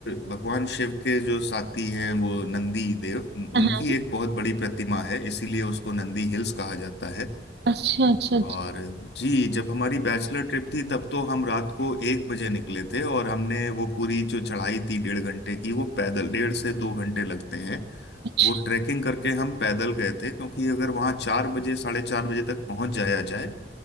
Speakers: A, on the left (about 80°); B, on the right (about 70°).
A: भगवान शिव के जो साथी हैं वो नंदी देव
B: हाँ
A: उनकी एक बहुत बड़ी प्रतिमा है इसीलिए उसको नंदी हिल्स कहा जाता है
B: अच्छा अच्छा अच्छा
A: और जी जब हमारी बैचलर ट्रिप थी तब तो हम रात को एक बजे निकले थे और हमने वो पूरी जो चढ़ाई थी डेढ़ घंटे की वो पैदल डेढ़ से दो घंटे लगते हैं
B: अच्छा,
A: वो ट्रैकिंग करके हम पैदल गए थे क्योंकि अगर वहाँ चार बजे साढ़े चार बजे तक पहुँच जाया जाए